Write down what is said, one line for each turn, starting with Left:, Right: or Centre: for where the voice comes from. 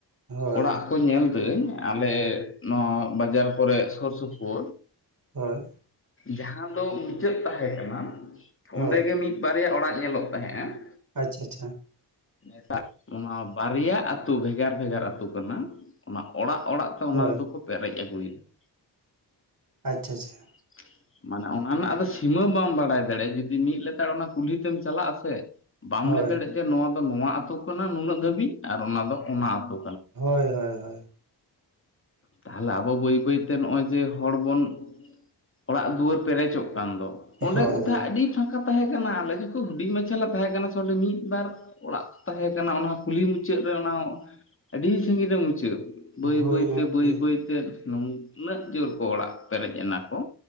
Right: ᱦᱳᱭ
Left: ᱚᱲᱟᱜ ᱠᱚᱧ ᱧᱮᱞᱫᱟᱹᱧ ᱟᱞᱮ ᱱᱚ ᱵᱟᱡᱟᱨ ᱠᱚᱨᱮ ᱥᱚᱨ ᱥᱚᱯᱩᱨ
Right: ᱦᱚᱭ᱾
Left: ᱡᱟᱦᱟ ᱫᱚ ᱢᱩᱪᱟᱹᱫ ᱛᱟᱦᱮ ᱠᱟᱱᱟ
Right: ᱦᱳᱭ
Left: ᱚᱸᱰᱮ ᱜᱮ ᱢᱤᱫ ᱵᱟᱨᱭᱟ ᱚᱲᱟᱜ ᱧᱮᱞᱚᱜ ᱛᱟᱦᱮᱜᱼᱟ ᱾
Right: ᱟᱪᱷᱟ ᱟᱪᱷᱟ᱾
Left: ᱱᱮᱴᱟᱜ ᱚᱱᱟ ᱵᱟᱨᱭᱟ ᱟᱛᱩ ᱵᱷᱮᱜᱟᱨ ᱵᱷᱮᱜᱟᱨ ᱟᱛᱩ ᱠᱟᱱᱟ᱾ ᱚᱱᱟ ᱚᱲᱟᱜ ᱚᱲᱟᱜ ᱛᱮ
Right: ᱦᱳᱭ
Left: ᱚᱱᱟ ᱦᱚᱛᱚ ᱠᱚ ᱯᱮᱨᱮᱡ ᱟᱹᱜᱩᱭᱮᱫᱟ ᱾
Right: ᱟᱪᱷᱟ ᱟᱪᱷᱟ᱾
Left: <inaudible> ᱢᱟᱱᱮ ᱚᱱᱟ ᱨᱮᱱᱟᱜ ᱟᱫᱚ ᱥᱤᱢᱟᱹ ᱵᱟᱢ ᱵᱟᱲᱟᱭ ᱫᱟᱲᱮᱭᱟᱜᱼᱟ ᱡᱩᱫᱤ ᱢᱤᱫ ᱞᱮᱛᱟᱲ ᱚᱱᱟ ᱠᱩᱞᱦᱤ ᱛᱮᱢ ᱪᱟᱞᱟᱜ ᱟ ᱥᱮ ᱵᱟᱢ
Right: ᱦᱳᱭ
Left: ᱞᱮ ᱫᱮᱲᱮᱜ ᱡᱮ ᱱᱚᱣᱟ ᱫᱚ ᱱᱚᱣᱟ ᱟᱹᱛᱩ ᱠᱟᱱᱟ ᱱᱩᱱᱟᱹᱜ ᱫᱷᱟᱹᱵᱤᱡ ᱟᱨ ᱚᱱᱟ ᱫᱚ ᱚᱱᱟ ᱟᱹᱛᱚ
Right: ᱦᱚᱭ ᱦᱚᱭ ᱦᱚᱭ
Left: ᱛᱟᱦᱚᱞᱮ ᱟᱵᱚ ᱵᱟᱹᱭ ᱵᱟᱹᱭᱛᱮ ᱱᱚᱜᱼᱚᱭ ᱡᱮ ᱦᱚᱲ ᱵᱚᱱ ᱚᱲᱟᱜ ᱫᱩᱣᱟᱹᱨ ᱯᱮᱨᱮᱡᱚᱜ ᱠᱟᱱ ᱫᱚ ᱚᱰᱮ
Right: ᱦᱳᱭ
Left: ᱠᱩᱛᱷᱟ
Right: ᱦᱳᱭ
Left: ᱟᱰᱤ ᱯᱷᱟᱠᱟ ᱛᱟᱦᱮ ᱠᱟᱱᱟ ᱟᱞᱮ ᱡᱚᱠᱷᱚᱡ ᱦᱩᱰᱤᱧ ᱢᱟᱪᱷᱟ ᱞᱮ ᱛᱟᱦᱮ ᱠᱟᱱᱟ ᱥᱮ ᱢᱤᱫ ᱵᱟᱨ ᱚᱲᱟᱜ᱾ ᱛᱟᱦᱮ ᱠᱟᱱᱟ ᱚᱱᱟ ᱠᱩᱞᱦᱤ ᱢᱩᱪᱟᱹᱫ ᱨᱮ ᱚᱱᱟ ᱟᱹᱰᱤ ᱥᱟᱺᱜᱤᱧ ᱨᱮ ᱢᱩᱪᱟᱹᱫ᱾ ᱵᱟᱹᱭ
Right: ᱦᱳᱭ
Left: ᱵᱟᱹᱭ
Right: ᱜᱚᱢᱠᱮ
Left: ᱛᱮ ᱵᱟᱹᱭ ᱵᱟᱹᱭ ᱛᱚ ᱱᱩᱝ ᱩᱱᱟᱹᱜ ᱡᱚᱨ ᱠᱚ ᱚᱲᱟᱜ ᱯᱮᱨᱮᱡ ᱮᱱᱟ ᱠᱚ